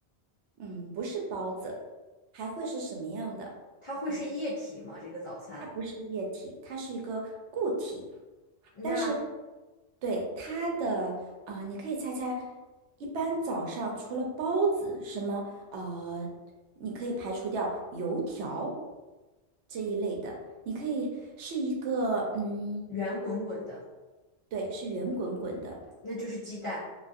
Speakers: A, on the right (about 80°); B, on the left (about 50°).
A: 嗯，不是包子，还会是什么样的？
B: 它会是液体吗？
A: 你看，
B: 这个早餐
A: 它不是液体，它是一个固体。
B: 那
A: 但是对它的啊、呃你可以猜猜，一般早上除了包子，什么呃，你可以排除掉油条这一类的，你可以是一个嗯，
B: 圆滚滚的，
A: 对，是圆滚滚的，
B: 那就是鸡蛋。